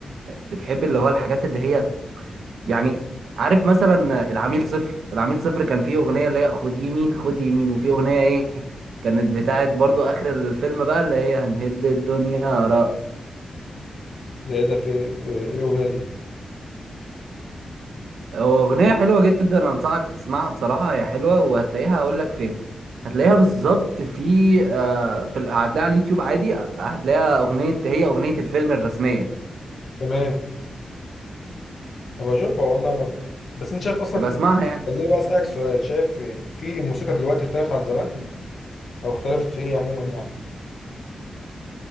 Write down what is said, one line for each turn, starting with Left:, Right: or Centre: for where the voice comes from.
Right: بتحب اللي هو الحاجات اللي هي يعني عارف مثلا العميل صفر العميل صفر كان فيه اغنية اللي هي خد يمين خد يمين وفي اغنية ايه كانت بتاعت برضو اخر الفيلم بقى اللي هي هنهد الدنيا رأس
Left: ده ايه ده في إيه الاغنيه دي
Right: هو اغنية حلوة جدا انصحك تسمعها بصراحة هي حلوة وهتلاقيها اقول لك فين هتلاقيها بالظبط في آه، في ال- هتلاقيها على اليوتيوب عادي هتلاقيها اغنية هي اغنية الفيلم الرسمية
Left: تمام هبقى اشوفها والله برضه بس انت شايف اصلا
Right: يبقى
Left: في
Right: اسمعها
Left: يعني
Right: يعني
Left: خليني بقى اسالك سؤال شايف في في الموسيقى دلوقتي اختلفت عن زمان او اختلفت في ايه عموما يعني